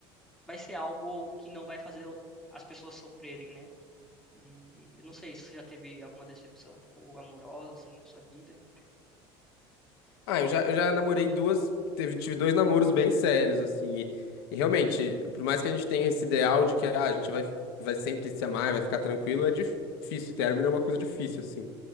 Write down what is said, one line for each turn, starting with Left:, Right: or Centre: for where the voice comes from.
Centre: vai ser algo que não vai fazer as pessoas sofrerem, né? E eu não sei se você já teve alguma decepção, tipo, amorosa, assim, na sua vida.
Left: Ah, eu já, eu já namorei duas, teve, tive dois namoros bem sérios, assim, e, e realmente, por mais que a gente tenha esse ideal de que ah, a gente vai, vai sempre se amar, vai ficar tranquilo, é difícil, término é uma coisa difícil, assim.